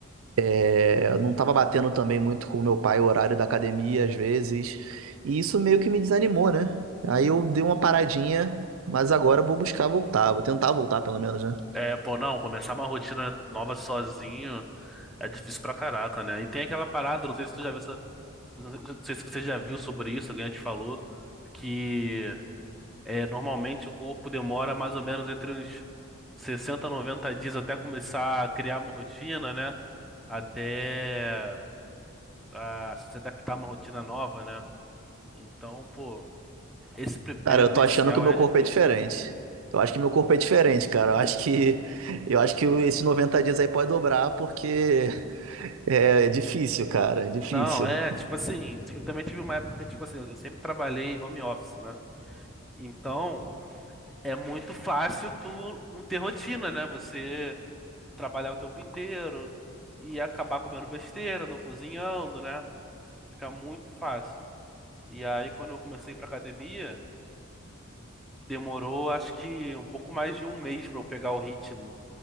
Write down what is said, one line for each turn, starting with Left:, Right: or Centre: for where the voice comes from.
Right: É, não tava batendo também muito com o meu pai o horário da academia às vezes. E isso meio que me desanimou, né? Aí
Centre: Uhum.
Right: eu dei uma paradinha, mas agora eu vou buscar voltar, vou tentar voltar pelo menos, né?
Centre: É, pô, não, começar uma rotina nova sozinho é difícil pra caraca, né? E tem aquela parada, não sei se tu já viu, essa- não sei se você já viu sobre isso, alguém já te falou, que É, normalmente o corpo demora mais ou menos entre uns 60 90 dias até começar a criar uma rotina, né? Até a se adaptar a uma rotina nova, né? Então, pô, esse pe- período
Right: Cara, eu
Centre: inicial
Right: tô achando que o meu
Centre: é
Right: corpo
Centre: difícil.
Right: é diferente. Eu acho que meu corpo é diferente, cara. Eu acho que eu acho que esses 90 dias aí pode dobrar porque é difícil, cara, é difícil.
Centre: Não, é, tipo assim, eu também tive uma época, tipo assim, eu sempre trabalhei home office, né? Então, é muito fácil tu não ter rotina, né? Você trabalhar o tempo inteiro e acabar comendo besteira, não cozinhando, né? Fica muito fácil. E aí, quando eu comecei pra academia, demorou acho que um pouco mais de um mês pra eu pegar o ritmo,